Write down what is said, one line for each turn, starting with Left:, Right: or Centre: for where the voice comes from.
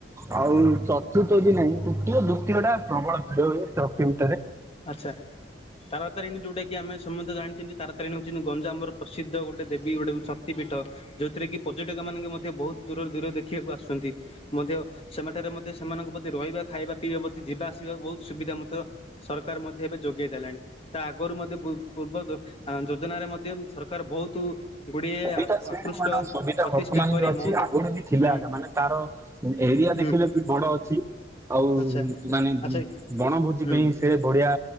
Right: ଆଉ ଚତୁର୍ଥଦି ନହିଁ ତୃତୀୟ ଦ୍ଵିତୀୟ ଟା ପ୍ରବଳ ଭିଡ ହୁଏ ଚକ୍ଷ ଭିତରେ।
Left: ଆଚ୍ଛା ତାରାତାରିଣୀ ଯୋଉଟା କି ଆମେ ସମସ୍ତେ ଜାଣିଛନ୍ତି ତାରାତାରିଣୀ ହଉଛନ୍ତି ଗଞ୍ଜମ ର ପ୍ରସିଦ୍ଧ ଗୋଟେ ଦେବୀ ଗୋଟେ ଶକ୍ତି ପୀଠ ଯୋଉଥିରେ କି ପର୍ଯ୍ୟଟକ ମାନଙ୍କେ ମଧ୍ୟ ବହୁତ ଦୂରରୁ ଦୂର ଦେଖିବାକୁ ଆସୁଛନ୍ତି। ମଧ୍ୟ ସେମାନେଠାରେ ମଧ୍ୟ ସେମାନଙ୍କ ପ୍ରତି ରହିବା ଖାଇବା ପିଇବା ପ୍ରତି ଯିବା ଆସିବା ବହୁତ ସୁବିଧା ମଧ୍ୟ ସରକାର ମଧ୍ୟ ଏବେ ଯୋଗେଇ ଦେଲେଣି। ତା ଆଗରୁ ମଧ୍ୟ ବୁ ପୂର୍ବ ଯୋଜନାରେ ମଧ୍ୟ ସରକାର ବହୁତ ଗୁଡ଼ିଏ
Right: ସବିତା ସେଣ
Left: ଆକୃଷ୍ଟ
Right: ମ ସବିତା
Left: ପ୍ରତିଷ୍ଠା
Right: ବର୍ତ୍ତମାନ
Left: କରି
Right: ବି ଅଛି
Left: ବହୁତ
Right: ଆଗରୁ ବି ଥିଲା
Left: ହୁଁ
Right: ମାନେ ତାର ଏରିଆ
Left: ହୁଁ
Right: ଦେଖିଲେ ବି ବଡ ଅଛି। ଆଉ
Left: ଆଚ୍ଛା
Right: ମାନେ
Left: ଆଚ୍ଛା
Right: ବଣଭୋଜି
Left: ହୁଁ
Right: ପାଇଁ ସେ ପଡିଆ